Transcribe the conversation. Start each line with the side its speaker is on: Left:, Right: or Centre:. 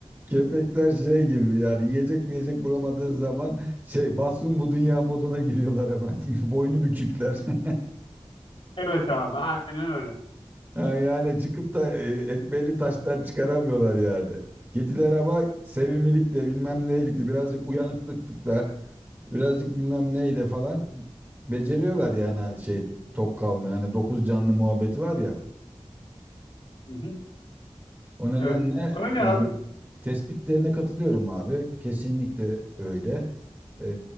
Right: köpekler şey gibi yani yiyecek mi yiyecek bulamadığı zaman şey batsın bu dünya moduna giriyorlar hemen. <laughs> Boynu bükükler. <laughs>
Left: Evet abi aynen öyle.
Right: Ha, Yani çıkıp da e, ekmeğini taştan çıkaramıyorlar yani. Kediler ama sevimlilikle bilmem neylikle birazcık uyanıklıkla birazcık bilmem neyle falan beceriyorlar yani şey tok kalma yani dokuz canlı muhabbeti var ya.
Left: Hı hı.
Right: O nedenle
Left: Evet. Öyle
Right: yani
Left: abi.
Right: tespitlerine katılıyorum abi. Kesinlikle öyle. Ee,